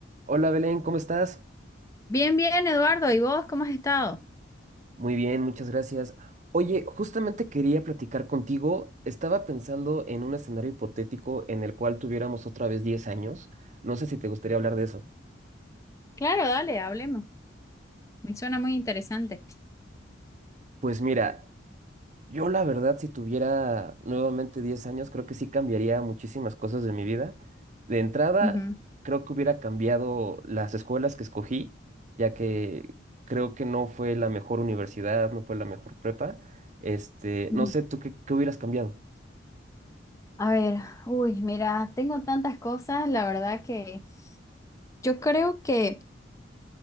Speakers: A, on the right (about 40°); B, on the left (about 15°).
A: Hola Belén, ¿cómo estás?
B: Bien, bien, Eduardo. ¿Y vos cómo has estado?
A: Muy bien, muchas gracias. Oye, justamente quería platicar contigo. Estaba pensando en un escenario hipotético en el cual tuviéramos otra vez 10 años. No sé si te gustaría hablar de eso.
B: Claro, dale, hablemos. Me suena muy interesante.
A: Pues mira, yo la verdad, si tuviera nuevamente 10 años, creo que sí cambiaría muchísimas cosas de mi vida. De entrada,
B: Ujú.
A: creo que hubiera cambiado las escuelas que escogí, ya que creo que no fue la mejor universidad, no fue la mejor prepa. Este,
B: Ujú.
A: no sé, ¿tú qué, qué hubieras cambiado?
B: A ver, uy, mira, tengo tantas cosas, la verdad que yo creo que,